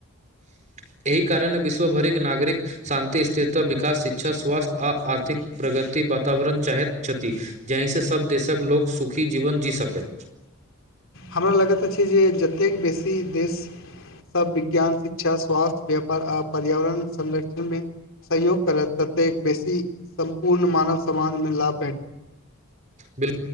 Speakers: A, on the right; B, on the left.
A: <inaudible> एहि कारणे विश्वभरिक नागरिक शांति, स्थिरता, विकास, शिक्षा, स्वास्थ्य आ आर्थिक प्रग। ति वातावरण चाहैत छथि, जाहि से सब देशक लोक सुखी जीवन जी सकै।
B: हमरा लागैत अछि जे जतेक बेसी देश। सब विज्ञान, शिक्षा, स्वास्थ्य, व्यापार आ पर्यावरण संरक्षण में सहयोग करे ततेक बेसी सम्पूर्ण मानव समाजमे लाभ भेटै।
A: बिल्